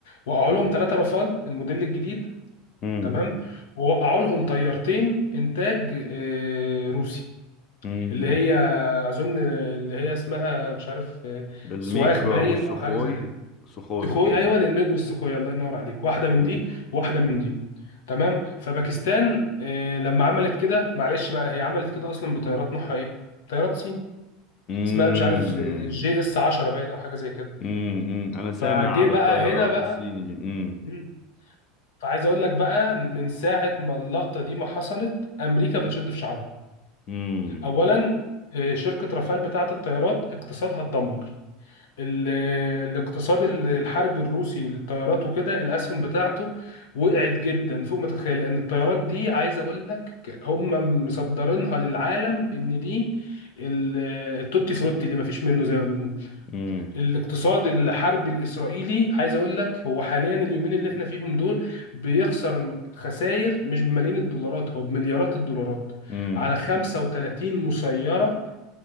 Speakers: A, on the left; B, on the left.
A: وقعوا
B: امم
A: لهم ثلاثه رافال الموديل الجديد
B: امم
A: تمام ووقعوا لهم طيارتين انتاج آه، روسي
B: امم
A: اللي هي اظن اللي هي اسمها مش عارف آه،
B: الميج
A: سواخ باين
B: والسخوي
A: او حاجه زي
B: سخوي
A: سخوي
B: امم
A: ايوه الميج والسخوي الله ينور عليك واحده من
B: امم
A: دي وواحده من دي تمام فباكستان آه، لما عملت كده معلش بقى هي عملت كده اصلا بطيارات نوعها ايه طيارات صين
B: امم
A: اسمها مش عارف آه، جي اس 10 باين او حاجه زي كده
B: امم انا سامع
A: فجه
B: على
A: بقى
B: الطيارات
A: هنا بقى
B: الصيني دي امم
A: مم. فعايز اقول لك بقى من ساعه ما اللقطه دي ما حصلت امريكا بتشد في شعرها
B: امم
A: اولا آه، شركه رافال بتاعه الطيارات اقتصادها اتدمر ال- الاقتصاد ال- الحربي الروسي للطيارات وكده الاسهم بتاعته وقعت جدا فوق ما تتخيل لان الطيارات دي عايز اقول لك هم مصدرينها للعالم ان دي ال- التوتي فروتي اللي ما فيش منه زي ما بنقول
B: امم
A: الاقتصاد الحربي الاسرائيلي عايز اقول لك هو حاليا اليومين اللي احنا فيهم دول بيخسر خسائر مش بملايين الدولارات هو بمليارات الدولارات
B: امم
A: على 35 مسيرة